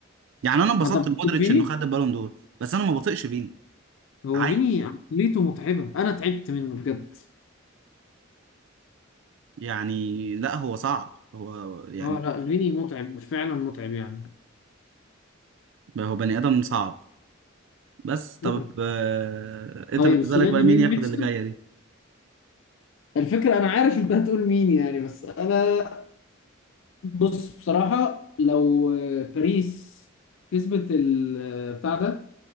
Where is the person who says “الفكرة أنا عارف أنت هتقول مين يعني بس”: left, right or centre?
Left